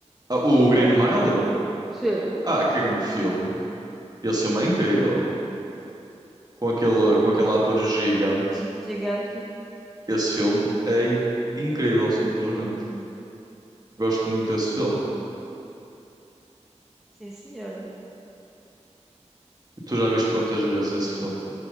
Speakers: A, on the right; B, in the centre.
A: Ah, o Green
B: Olha,
A: Mile?
B: sim,
A: Ah, que grande filme. Esse filme é incrível. Com aquele, com aquele ator gigante.
B: gigante.
A: Esse filme é in- incrível, simplesmente. Gosto muito desse filme.
B: Sim, senhora.
A: E tu já viste quantas
B: Eu- eu
A: vezes esse filme?